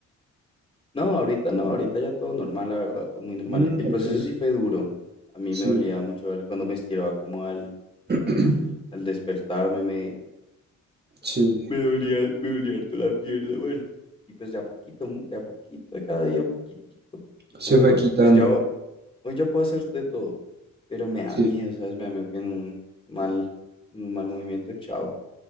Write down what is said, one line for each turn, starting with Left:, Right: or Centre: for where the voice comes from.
Left: No, ahorita no, ahorita ya todo normal, la verdad, todo muy normal.
Right: Mm,
Left: El proceso
Right: ok,
Left: sí fue duro. A mí
Right: sí,
Left: me dolía mucho al- cuando me estiraba como al,
Right: <clears throat>
Left: al, al despertarme, me,
Right: sí,
Left: me dolía, me dolía harto la pierna, bueno. Y pues de a poquito, de a poquito, de cada día, poquitito, poquitico
Right: se
Left: mejor.
Right: fue quitando.
Left: Pues ya ho- hoy ya puedo hacer de todo, pero me da
Right: sí.
Left: miedo, ¿sabes? Me da miedo que en un mal, en un mal movimiento, chao.